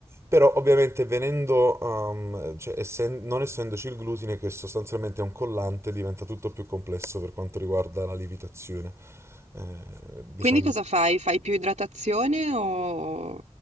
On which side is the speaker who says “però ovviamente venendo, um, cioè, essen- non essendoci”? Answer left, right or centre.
Right